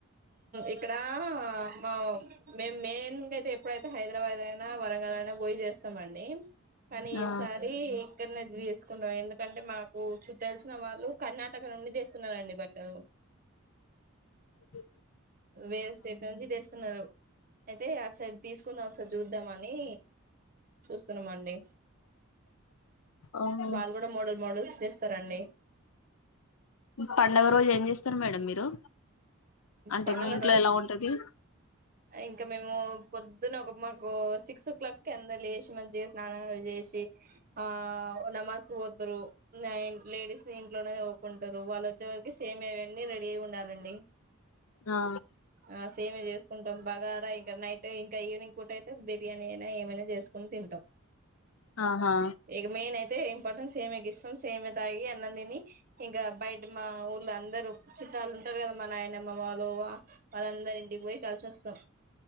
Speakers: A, on the right (about 40°); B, on the left (about 80°).
A: ఇక్కడ మా మే మెయిన్ గాయితే ఎప్పుడైతే హైదరాబాద్ అయినా వరంగల అైనా పోయి చేస్త సమండి కానీ ఈసారి
B: ఆ
A: కది వండ ఎందుకంటే మా చు తెల్సిన వాళ్ళు కర్ణాటక నుండి తీస్తున్నారంండి బట్ అ
B: అ
A: వేరే స్టేట్ నుంచి తెస్తున్నారు అయితే ఒకసైడ్ తీసుకుందాం ఒకసారి చూద్దామని చూస్తున్నామండి
B: ఓహో
A: వాళ్ళు కూడా మోడల్ మోడల్స్ చేస్తారంండి
B: పండగ రోజు ఏం చేస్తారు మేడం మీరు అంటే
A: పండుగ
B: మీ ఇంట్లో
A: రోజు
B: ఎలా ఉంటది
A: ఇంకా మేము పొద్దున్న ఒక మాకు స సిక్స్ ఓ క్లాక్ ఎంతా లేేష్మంజ స్నా చేసి ఆ నమాజ్క్ పోతారు లేడీస్ ఇంట్లోనే పోకుంటారు వాళ్ళు వచ్చే వరకి సేమ్ అవన్నీ రెడీ అయి ఉండాలండి
B: ఆ
A: ఆ సేమి చేసుకుంటాం బాగా ఇంకా నైట్ ఇంకా ఈవినింగ్ పూట అయితే బిర్యానీ అయినా ఏమైనా చేసుకుని తింటాం
B: ఆహా
A: ఇక మెయిన్ ఇంపార్టెన్స్ ఏమే ఇ సేమె తాగి అన్న తిని ఇంకా బయట మా ఊళ్ళ అందరుూ చిట్టాలు ఉంటారు కదా మా నాయనమ్మ వాళ్ళు వాళ్ళందరి ఇంటికి పోయి కలిసి వస్తాం